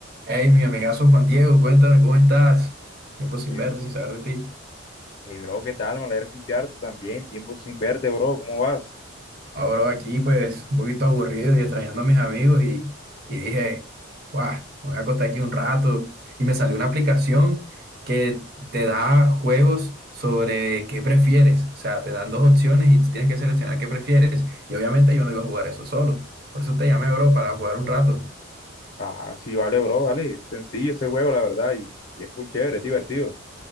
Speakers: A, on the right (about 50°); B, on the left (about 45°).
A: Hey, mi amigazo Juan Diego, cuéntame cómo estás. Tiempo sin
B: Hey,
A: verte, sin saber de ti.
B: hey, bro, ¿qué tal? Me alegra escucharte también. Tiempo sin verte, bro. ¿Cómo vas?
A: Ahora aquí, pues, un poquito aburrido y extrañando a mis amigos y, y dije, guau, me voy a acostar aquí un rato. Y me salió una aplicación que te da juegos sobre qué prefieres. O sea, te dan dos opciones y tú tienes que seleccionar qué prefieres. Y obviamente yo no iba a jugar eso solo. Por eso te llamé, bro, para jugar un rato.
B: Ah, sí, vale, bro. Dale. Sencillo ese juego, la verdad. Y, y es full chévere, es divertido.